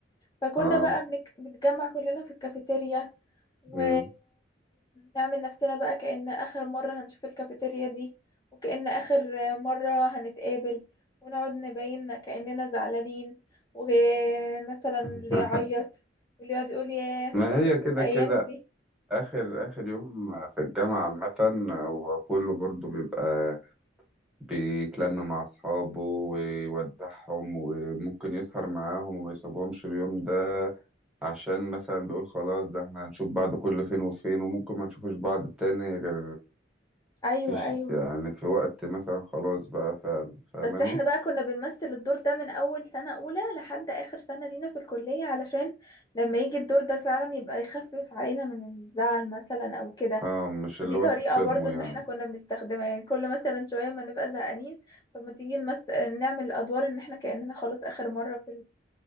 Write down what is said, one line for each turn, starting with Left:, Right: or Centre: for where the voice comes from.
Left: فكنا
Centre: اه
Left: بقى بنك... بنتجمع كلنا في الكافيتيريا و...
Centre: مم.
Left: ونعمل نفسنا بقى كأن آخر مرة هنشوف الكافيتيريا دي وكأن آخر مرة هنتقابل ونقعد نبين كأننا زعلانين ومثلا
Centre: <laughs>
Left: اللي يعيط واللي يقعد يقول ياه أنا
Centre: ما
Left: هتوحشني
Centre: هي كده
Left: الأيام
Centre: كده
Left: دي
Centre: اخر اخر يوم في الجامعة عامة وكله برضو بيبقى بيتلم مع اصحابه ويودعهم وممكن يسهر معاهم وما يسيبهمش اليوم ده عشان مثلا بيقول خلاص ده احنا هنشوف بعض كل فين وفين وممكن ما نشوفش بعض تاني غير
Left: أيوة
Centre: في ش-
Left: أيوة
Centre: يعني في وقت مثلا خلاص بقى فعلا فاهماني
Left: بس احنا بقى كنا بنمثل الدور ده من أول سنة أولى لحد آخر سنة لينا في الكلية علشان لما يجي الدور ده فعلا يبقى يخفف علينا من الزعل مثلا أو كده
Centre: اه مش
Left: فدي
Centre: اللي هو
Left: طريقة
Centre: تتصدموا
Left: برضو ان
Centre: يعني
Left: احنا كنا بنستخدمها يعني كل مثلا شوية ما نبقى زهقانين طب ما تيجي نمس... نعمل الادوار ان احنا كأننا خلاص اخر مرة في